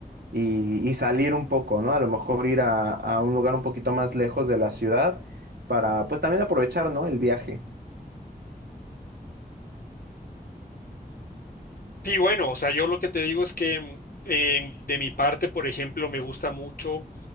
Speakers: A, on the right; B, on the left.
A: y, y salir un poco, ¿no? A lo mejor ir a, a un lugar un poquito más lejos de la ciudad para, pues también aprovechar, ¿no? El viaje.
B: Sí, bueno, o sea, yo lo que te digo es que mm, em, de mi parte, por ejemplo, me gusta mucho.